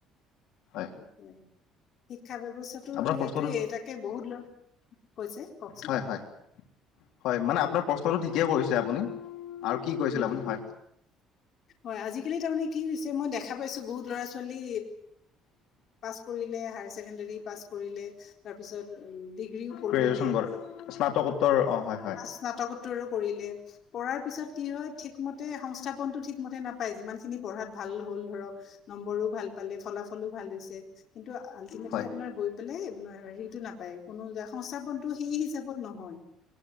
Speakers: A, on the left; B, on the left.
A: হয়
B: <unintelligible> শিক্ষা ব্যৱস্থাতটো
A: আপোনাৰ
B: সেইটোৱে
A: প্ৰশ্নটো
B: তাকে বহুত ল কৈছে কওকচোন
A: হয় হয় হয়। মানে আপোনাৰ প্ৰশ্নটো ঠিকে কৰিছে আপুনি। আৰু কি কৈছিল
B: হম
A: আপুনি
B: হম
A: হয়
B: হম হয় আজিকালি তাৰমানানে কি হৈছে মই দেখা পাইছো বহুত ল'ৰা ছোৱালী পাছ কৰিলে হায়াৰ ছেকেণ্ডৰী পাছ কৰি কৰিলে তাৰপিছত উ ডিগ্ৰীও পঢ়িলে।
A: গ্ৰেজুৱেশ্যন কৰে স্নাতকোত্তৰ অ হয় হয়
B: স্নাতকোত্তৰো কৰিলে। কৰাৰ কি হয় ঠিকমতে সংস্থাপনটো ঠিকমতে নাপ যিমান খিনি পঢ়াত ভাল হ'ল ধৰক। নম্বৰো ভাল পালে ফলাফলো ভাল হৈছে। কিন্তু আল্টিমেটলি
A: হয়
B: আপোনাৰ গৈ পেলাই হেৰিতটো নাপায়। কোনো য সংস্থাপনতটো সেই হিচাপত নহয়।